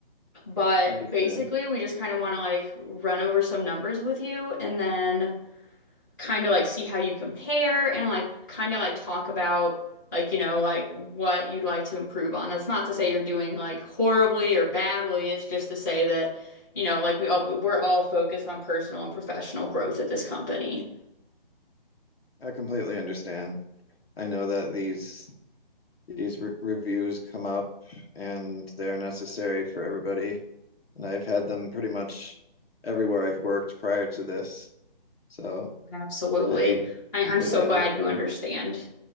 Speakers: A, on the left; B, on the left.
A: but
B: I understand.
A: basically, we just kind of want to like run over some numbers with you and then kind of like see how you compare and like kind of like talk about like, you know, like what you'd like to improve on. That's not to say you're doing like horribly or badly. It's just to say that, you know, like we all we're all focused on personal and professional growth at this company.
B: I completely understand. I know that these these re- reviews come up and they're necessary for everybody, and I've had them pretty much everywhere I've worked prior to this, so
A: Absolutely.
B: I
A: I,
B: completely
A: I'm so glad
B: understand.
A: you understand.